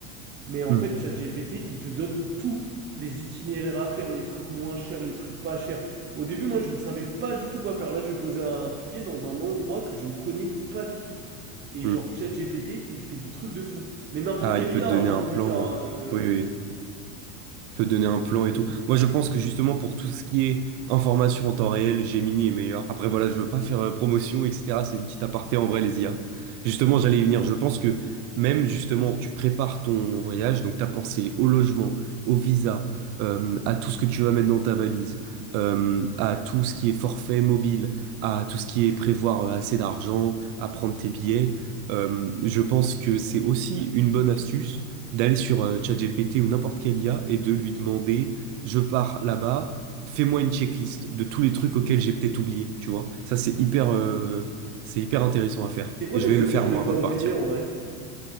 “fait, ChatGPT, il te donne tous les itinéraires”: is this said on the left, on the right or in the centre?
Right